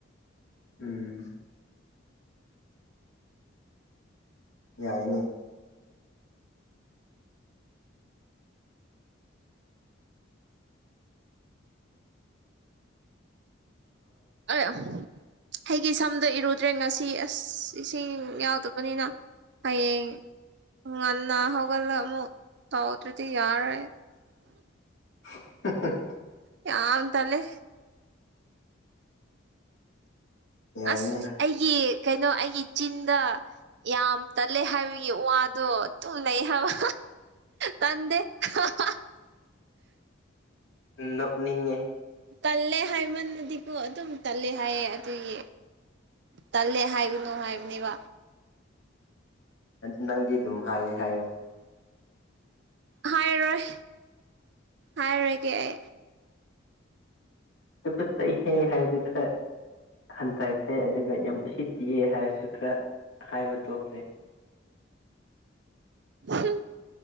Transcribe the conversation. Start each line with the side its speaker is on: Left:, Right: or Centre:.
Left: ꯎꯝ ꯌꯥꯏꯅꯦ
Right: ꯑ ꯑꯩꯒꯤ ꯁꯝꯗ ꯏꯔꯨꯗ꯭ꯔꯦ ꯉꯁꯤ ꯑꯁ ꯏꯁꯤꯡ ꯌꯥꯎꯗꯕꯅꯤꯅ ꯍꯌꯦ ꯎ ꯉꯟꯅ ꯍꯒꯂꯠꯂꯥ ꯑꯃꯨꯛ ꯇꯥꯎꯗ꯭ꯔꯦꯗꯤ ꯌꯥꯔꯦ
Left: <unintelligible>
Right: ꯌꯥꯝ ꯇꯜꯂꯦ
Left: ꯌꯥꯏꯅꯦ
Right: ꯑꯁ ꯑꯩꯒꯤ ꯀꯩꯅꯣ ꯑꯩꯒꯤ ꯆꯤꯟꯗ ꯌꯥꯝ ꯇꯠꯂꯦ ꯍꯥꯏꯕꯒꯤ ꯋꯥꯗꯣ ꯇꯨꯝꯅꯩ ꯍꯥꯏꯕ ꯇꯟꯗꯦ ꯑꯍꯥꯍ
Left: ꯅꯣꯛꯅꯤꯡꯉꯦ
Right: ꯇꯜꯂꯦ ꯍꯥꯏꯃꯟꯅꯗꯤꯀꯣ ꯑꯗꯨꯝ ꯇꯜꯂꯦ ꯍꯥꯏꯌꯦ ꯑꯗꯨꯒꯤ ꯇꯜꯂꯦ ꯍꯥꯏꯒꯅꯨ ꯍꯥꯏꯕꯅꯦꯕ
Left: ꯑꯗꯨ ꯅꯪꯗꯤ ꯑꯗꯨꯝ ꯍꯥꯏꯌꯦ ꯍꯥꯏꯌꯣ
Right: ꯍꯥꯏꯔꯣꯏ ꯍꯥꯏꯔꯣꯏꯒꯦ ꯑꯩ
Left: ꯇꯨꯒꯠꯆꯩꯍꯦ ꯍꯥꯏꯕꯤꯈ꯭ꯔꯦ ꯍꯟꯊꯈ꯭ꯔꯦ ꯑꯗꯨꯒ ꯌꯥꯝ ꯎꯁꯤꯠꯇꯤꯑ ꯍꯥꯏꯕꯁꯨ ꯈꯔ ꯍꯥꯏꯕ ꯇꯣꯛꯈ꯭ꯔꯦ
Right: ꯍꯝ